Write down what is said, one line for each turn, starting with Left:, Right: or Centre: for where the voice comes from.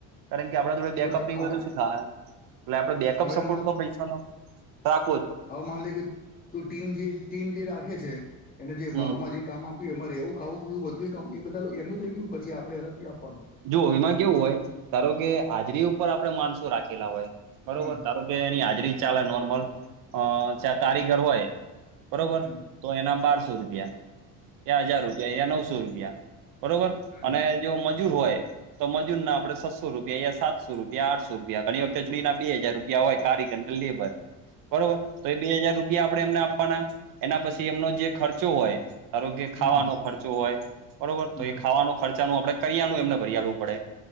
Right: કારણ કે આપણા જોડે
Left: તો
Right: બેકઅપ
Left: ત
Right: નહી હો
Left: આ
Right: તો શું થાય એટલે આપણે બેકઅપ
Left: હવે
Right: સપોર્ટ તો પૈસાનો રાખો
Left: આવવ માલિક તું ટીમ જે ટીમ જે રાખે છે એને જે
Right: હમ
Left: ભાવમાં જે કામ આપ તે એમાંરે એવું ખાવું પીવું બધું કામ એ બધા એમનું થઈ ગયું પછી આપડે અલગથી આપવાનું?
Right: જો એમાં કેવું હોય તારો કે હાજરી ઉપર આપડણે માણસો રાખેલા હોય બરોબર
Left: હમ
Right: તારો એની હાજરી ચાલે નોર્મલ અ જયા કારીગર હોય. બરોબર
Left: હમ
Right: તો એના બારસો રૂપિયા એ હજાર રૂપિયા એ નવસો રૂપિયા. બરોબર
Left: હમ
Right: અને જો મજૂર હોય. તો મજૂન ના આપણે છ સસો રૂપિયા યા સાતસો રૂપિયા આઠસો રૂપિયા ઘણી વખતે જોડીના બે હજાર રૂપિયા હોય કારીગર ને લેબર બરોબર તો એ બે હાજાર રૂપિયા આપણેે એમને આપવાના એના પછી એમનો જે ખર્ચો હોય. આરોગ્ય
Left: હમ
Right: ખાવાનો ખર્ચો હોય બરોબર
Left: હમ
Right: તો એ ખાવાનો ખર્ચા ન આપડે કરિયા નું એમને ભર લેવું પડે